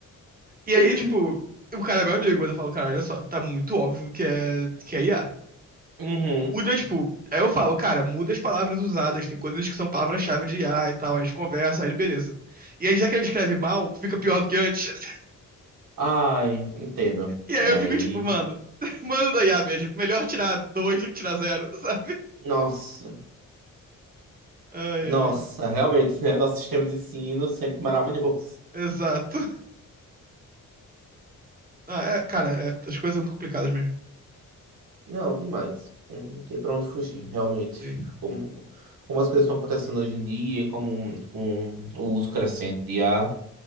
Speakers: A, on the right; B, on the right.
A: E
B: <laughs>
A: aí, tipo, o cara é meu amigo, mas eu falo, cara, olha só, tá muito óbvio que é, que é IA.
B: Uhum.
A: Muda, tipo, aí eu falo, cara, muda as palavras usadas, tem coisas que são palavras-chave de IA e tal, aí a gente conversa, aí ele, beleza. E aí, já que ele escreve mal, fica pior do que antes. <laughs>
B: Ai, entendo.
A: E aí
B: É
A: eu fico,
B: aí.
A: tipo, mano, <laughs> mano da IA mesmo, melhor tirar dois do que tirar zero, <laughs> sabe?
B: Nossa,
A: Ai,
B: nossa,
A: ai,
B: realmente, né? Nosso sistema de ensino sempre maravilhoso.
A: exato. Ah, é, cara, é- as coisas são muito complicadas mesmo.
B: Não, demais. Hum, Não tem pra onde fugir, realmente.
A: Sim,
B: Como, como as coisas estão acontecendo hoje em dia, como com o uso crescente de I a